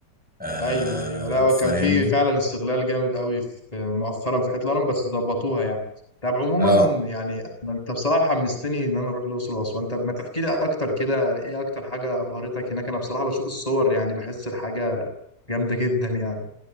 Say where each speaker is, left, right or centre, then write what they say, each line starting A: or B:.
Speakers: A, in the centre; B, on the left.
A: آه
B: <laughs> أيوه أيوه لا هو
A: فاهمني
B: كان في فعلا استغلال جامد قوي في مؤخرا في حتة الهرم بس ظبطوها يعني طب عموما
A: اه
B: يعني أنا- أنت بصراحة حمستني إن أنا أروح الأقصر وأسوان طب ما تحكي لي أكتر كده إيه أكتر حاجة أبهرتك هناك أنا بصراحة بشوف الصور يعني بحس الحاجة جامدة جدا يعني